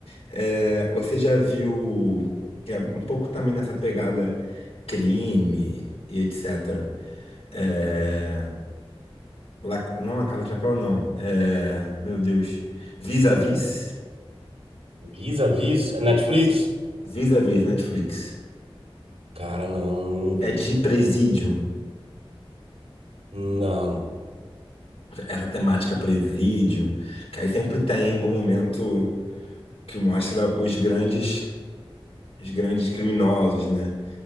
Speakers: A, on the left (about 75°); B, on the right (about 85°).
A: É, você já viu, que é um pouco também nessa pegada crime e etc. É, La- não, La Casa de Papel, não. É, meu Deus. Vis-a-vis?
B: Visa, Visa, Netflix?
A: Vis- Vis-a-vis, Netflix.
B: Cara, não, não vi.
A: É de presídio.
B: Não.
A: Essa temática é presídio. Que aí sempre tem algum momento que mostra os grandes, os grandes criminosos, né?